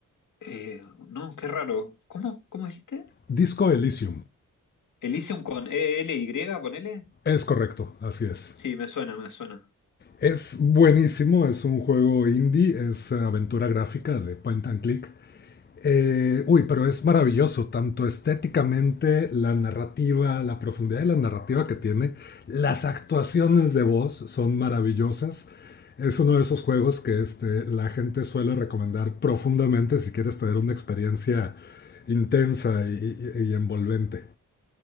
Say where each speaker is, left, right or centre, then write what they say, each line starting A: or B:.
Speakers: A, on the left (about 65°); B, on the left (about 30°).
A: Eh, no, qué raro. ¿Cómo, cómo dijiste?
B: Disco Elysium,
A: Elysium con e l ELY, ponele.
B: es correcto, así es.
A: Sí, me suena, me suena.
B: Es buenísimo, es un juego indie, es eh, aventura gráfica de point and click. Eh, uy, pero es maravilloso, tanto estéticamente, la narrativa, la profundidad de la narrativa que tiene, las actuaciones de voz son maravillosas. Es uno de esos juegos que este, la gente suele recomendar profundamente si quieres tener una experiencia intensa y, y- y envolvente.